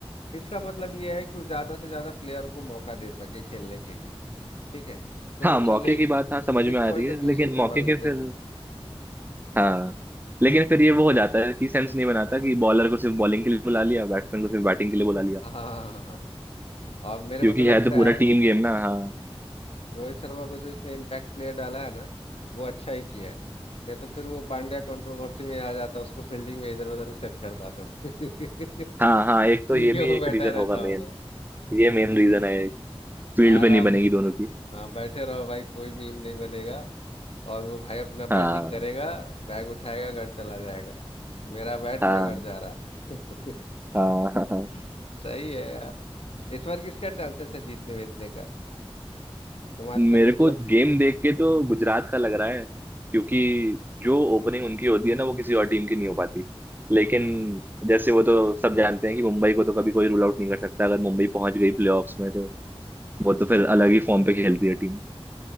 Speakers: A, on the left; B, on the right.
A: इसका मतलब ये है कि वो ज्यादा से ज्यादा प्लेयर को मौका दे सके खेलने के लिए ठीक है तो
B: हाँ
A: चलो
B: मौके
A: ए-
B: की बात हाँ समझ में
A: इस
B: आ
A: पॉइंट
B: रही है
A: ऑफ व्यू
B: लेकिन
A: से तो
B: मौके
A: मान
B: के
A: लेते
B: फिर
A: हैं ठीक है
B: हाँ लेकिन फिर ये वो हो जाता है कि सेंस नहीं बनाता कि बॉलर को सिर्फ बॉलिंग के लिए बुला लिया बैट्समैन को सिर्फ बैटिंग के लिए बुला लिया
A: हाँ हाँ हाँ हाँ। हाँ। और मेरे
B: क्योंकि
A: को तो लगता
B: है तो पूरा
A: है
B: टीम गेम ना हाँ
A: रोहित शर्मा को जो इसने इम्पैक्ट प्लेयर डाला है ना वो अच्छा ही किया है नहीं तो फिर वो पांड्या कंट्रोवर्सी में आ जाता उसको फील्डिंग में इधर उधर सेट करता था <laughs> ठीक
B: हाँ हाँ एक तो ये
A: है
B: भी
A: वो
B: एक
A: बैठा
B: रीजन
A: रहता
B: होगा मेन
A: होगा
B: ये मेन रीजन है फील्ड
A: आराम
B: पे नहीं बनेगी
A: से
B: दोनों की
A: हाँ बैठे रहो भाई कोई मीम नहीं बनेगा और वो भाई अपना
B: हाँ
A: बैटिंग करेगा बैग उठाएगा घर चला जाएगा मेरा बैट
B: हाँ
A: मैं घर जा रहा <laughs>
B: हाँ हाँ हाँ।
A: सही है यार इस बार किसका चांसेस है जीतने वीतने का तुम्हारे
B: मेरे
A: तो मतलब
B: को गेम देख के तो
A: हाँ
B: गुजरात का लग रहा है क्योंकि जो ओपनिंग उनकी होती है ना वो किसी और टीम की नहीं हो पाती लेकिन जैसे वो तो सब जानते हैं कि मुंबई को तो कभी कोई रूल आउट नहीं कर सकता अगर मुंबई पहुंच गई प्लेऑफ्स में तो वो तो फिर अलग ही फॉर्म पे खेलती है टीम